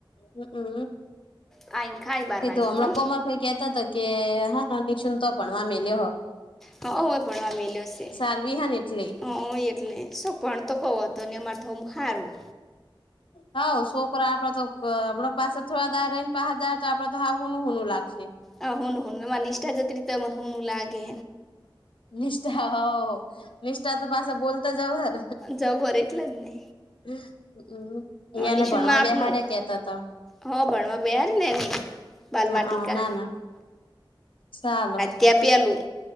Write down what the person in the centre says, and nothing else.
પા ખાઈ બાર
વાગે
કોણ
હાય પણ વાવેલોશે
હ હોય, એટલે શું પણ તોકો તોને એ મારથમું હારું
હ હન, હન મા નિષ્ઠા જત્રી ત મનેનું લાગે
જરટલે જ નને
નિશુન
માપનું
હ ભણવા બેાર ને એની બાલવાટિકા
ત્યાપી આલું